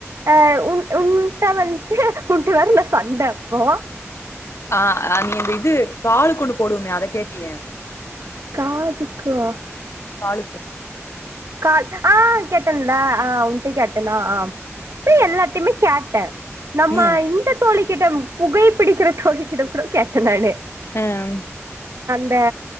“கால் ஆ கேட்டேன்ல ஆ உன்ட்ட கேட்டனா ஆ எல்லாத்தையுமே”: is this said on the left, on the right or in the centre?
Right